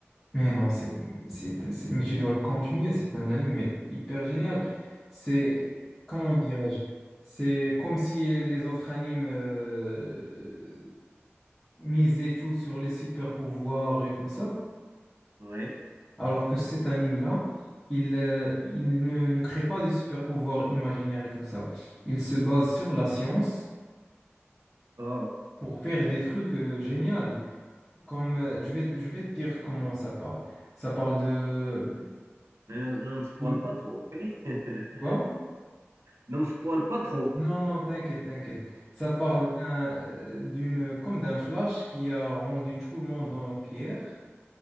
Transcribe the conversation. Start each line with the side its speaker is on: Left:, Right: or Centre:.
Centre: Mais non,
Right: je
Centre: c'est,
Right: me-
Centre: c'est, c'est- mais tu dois le continuer. C'est un anime mais hyper génial. C'est, comment dirais-je? C'est comme si les autres animes euh, miser tout sur les super pouvoirs et tout ça,
Right: Oui,
Centre: alors que cet anime-là, il, euh, il ne, ne crée pas de super pouvoirs imaginaires et tout ça. Il se base sur la science
Right: d'accord.
Centre: pour faire des trucs euh, géniaux. Comme euh, je vais, je vais te dire comment ça parle. Ça parle de
Right: Mais ne, ne me spoil
Centre: d'une
Right: pas trop, ok? <laughs>
Centre: Quoi?
Right: Ne me spoil pas trop.
Centre: Non, non, t'inquiète, t'inquiète. Ça parle
Right: D'accord.
Centre: d'un- euh, d'une, comme d'un flash qui a rendu tout le monde en pierre.